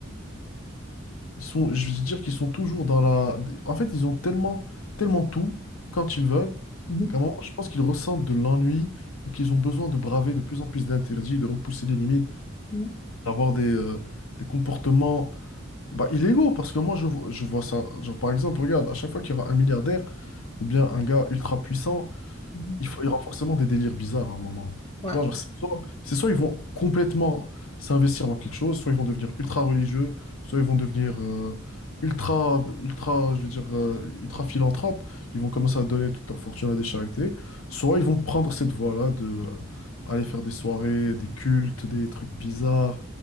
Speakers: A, on the left; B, on the left.
A: Ils sont, je veux dire qu'ils sont toujours dans la. En fait, ils ont tellement, tellement tout quand ils veulent,
B: Mhm.
A: qu'à un moment, je pense qu'ils ressentent de l'ennui et qu'ils ont besoin de braver de plus en plus d'interdits, de repousser les limites,
B: Mhm.
A: d'avoir des, euh, des comportements Bah, illégaux, parce que moi, je, vo- je vois ça. Genre, par exemple, regarde, à chaque fois qu'il y aura un milliardaire ou bien un gars ultra puissant,
B: Mhm.
A: il faut, il y aura forcément des délires bizarres à un moment.
B: Ouais.
A: Tu vois, genre, c'est soit, c'est soit ils vont complètement s'investir dans quelque chose, soit ils vont devenir ultra religieux, soit ils vont devenir euh, ultra, ultra, je veux dire, euh, ultra philanthropes. Ils vont commencer à donner toute leur fortune à des charités, soit ils vont prendre cette voie-là de euh, aller faire des soirées, des cultes, des trucs bizarres,